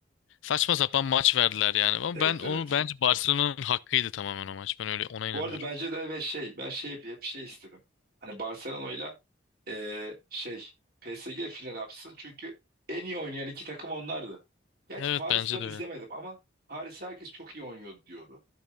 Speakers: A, on the left (about 85°); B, on the right (about 55°).
A: Saçma sapan maç verdiler yani. Ama
B: Evet
A: ben onu
B: evet.
A: bence Barcelona'nın hakkıydı tamamen o maç. Ben öyle ona
B: Bu
A: inanıyorum.
B: arada bence de ve şey ben şey hep şey istedim. Hani Barcelona ile eee, şey PSG final yapsın. Çünkü en iyi oynayan iki takım onlardı. Gerçi
A: Evet
B: Paris'i
A: bence
B: ben izlemedim
A: de öyle.
B: ama Paris herkes çok iyi oynuyor diyordu.